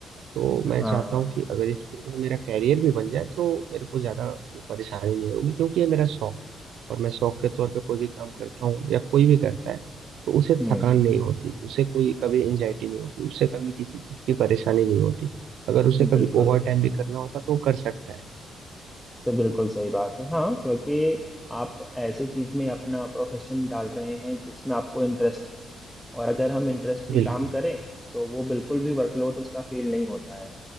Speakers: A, on the right (about 80°); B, in the centre.
A: तो मैं
B: हाँ
A: चाहता हूँ कि अगर इस फील्ड में मेरा कैरियर भी बन जाए तो मेरे को ज़्यादा वो परेशानी नहीं होगी क्योंकि ये मेरा शौक है और मैं शौक के तौर पे कोई भी काम करता हूँ या कोई भी करता है तो उसे
B: हम्म
A: थकान नहीं होती उसे कोई कभी एंजाइटी नहीं होती उसे कभी किसी चीज़ की परेशानी नहीं होती अगर उसे
B: बिल्कुल
A: कभी ओवर टाइम भी करना होता तो वो कर सकता है
B: से बिल्कुल सही बात है हाँ क्योंकि आप ऐसे चीज में अपना प्रोफेशन डाल रहे हैं जिसमें आपको इंटरेस्ट है और अगर हम इंटरेस्ट की
A: बिल्कुल
B: काम करें तो वो बिल्कुल भी वर्कलोड उसका फील नहीं होता है